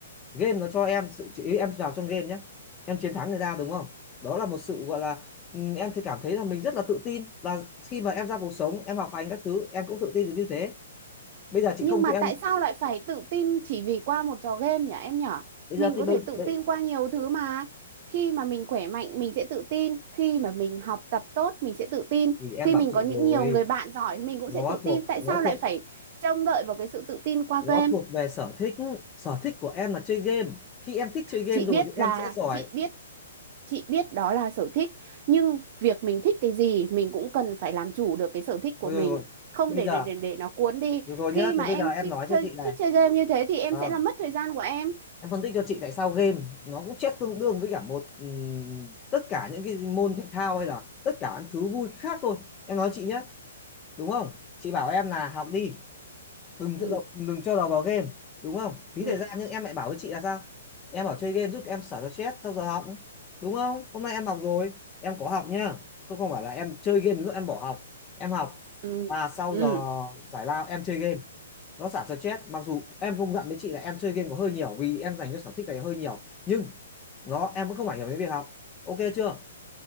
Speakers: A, on the left; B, on the right.
A: game nó cho em sự ý em vào trong game nhé em chiến thắng người ta đúng không đó là một sự gọi là ừ, em thì cảm thấy là mình rất là tự tin và khi mà em ra cuộc sống em học hành các thứ em cũng tự tin được như thế bây giờ chị
B: Nhưng
A: không
B: mà
A: cho em
B: tại sao lại phải tự tin chỉ vì qua một trò game nhỉ em nhở?
A: bây
B: Mình
A: giờ thì
B: có
A: bây,
B: thể tự
A: bây
B: tin qua nhiều thứ mà. Khi mà mình khỏe mạnh mình sẽ tự tin, khi mà mình học tập tốt mình sẽ tự tin,
A: thì em
B: khi
A: bảo
B: mình
A: chị
B: có những
A: rồi
B: nhiều người bạn giỏi thì mình cũng
A: nó
B: sẽ tự tin.
A: thuộc
B: Tại
A: nó
B: sao lại
A: thuộc
B: phải trông đợi vào cái sự tự tin qua
A: nó
B: game?
A: thuộc về sở thích sở thích của em là chơi game khi em thích chơi game
B: Chị
A: rồi
B: biết
A: thì em
B: là
A: sẽ giỏi
B: chị biết chị biết đó là sở thích, nhưng việc mình thích cái gì mình cũng cần phải làm chủ được cái sở thích của
A: rồi
B: mình,
A: rồi, rồi.
B: không
A: bây
B: để
A: giờ
B: để để, để nó cuốn đi.
A: rồi, rồi
B: Khi
A: nhá
B: mà
A: thì bây
B: em
A: giờ em
B: thích
A: nói cho
B: chơi
A: chị này
B: thích chơi game như thế thì em
A: và
B: sẽ làm mất thời gian của em.
A: Em phân tích cho chị tại sao game nó cũng chết tương đương với cả một ừm, tất cả những cái môn thể thao hay là tất cả những thứ vui khác thôi. Em nói chị nhé, đúng không? Chị bảo em là học đi đừng
B: Ừ.
A: dẫn- đừng cho đầu vào game đúng không phí
B: ừ
A: thời gian nhưng em lại bảo với chị là sao em bảo chơi game giúp em xả ra stress sau giờ học đúng không hôm nay em học rồi em có học nhá không không phải là em chơi game lúc em bỏ học em học
B: ừ
A: và sau
B: ừ
A: giờ giải lao em chơi game nó xả stress mặc dù em công nhận với chị là em chơi game có hơi nhiều vì em dành cho sở thích này hơi nhiều nhưng nó em cũng không ảnh hưởng đến việc học ok chưa